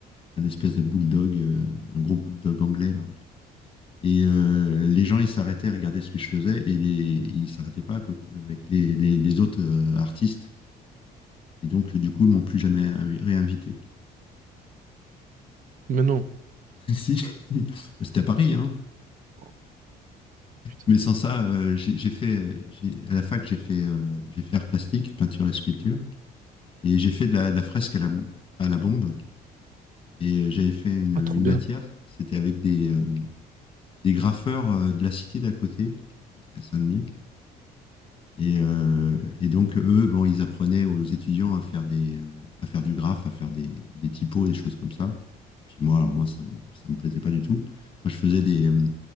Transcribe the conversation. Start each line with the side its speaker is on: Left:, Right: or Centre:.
Left: un espèce de bulldog, euh, un gros bulldog anglais là. Et euh, les gens, ils s'arrêtaient à regarder ce que je faisais et les, ils s'arrêtaient pas à côté avec les, les, les autres euh, artistes. Et donc, du coup, ils m'ont plus jamais invi- réinvité.
Right: Mais non.
Left: <laughs> si, <laughs> c'était à Paris, hein.
Right: Oh, putain.
Left: Mais sans ça, euh, j'ai j'ai fait, j'ai- à la fac, j'ai fait, euh, j'ai fait art plastique, peinture et sculpture, et j'ai fait de la, de la fresque à la, bom- à la bombe. Et euh, j'avais fait une,
Right: Ah, trop
Left: une
Right: bien.
Left: matière, c'était avec des, euh, des graffeurs euh, de la cité d'à côté, c'était à Saint-Denis. Et, euh, et donc, eux, bon, ils apprenaient aux étudiants à faire des, euh, à faire du graphe, à faire des, des typos, des choses comme ça. Puis moi, alors moi, ça, me- ça me plaisait pas du tout. Moi, je faisais des, euh,